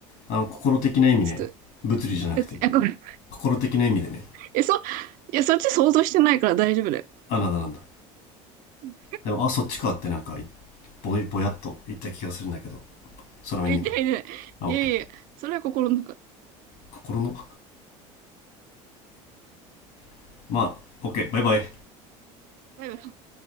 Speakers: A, on the left (about 70°); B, on the right (about 60°).
A: あの、心的な意味ね。
B: と、
A: 物理じゃなくて、
B: だってあ、ごめん。
A: 心的な意味でね。
B: え、そ、いや、そっち想像してないから大丈夫だよ。
A: あ、なんだなんだ。
B: うん
A: でも、あ、そっちかってなんか、ぼや、ぼやっと言った気がするんだけど。空耳か。
B: いや、言ってない、言ってない。
A: あ、
B: いやいや、
A: オッケー。
B: それは心の中。
A: 心の、<laughs> まあ、オッケー、バイバイ。
B: バイバイ。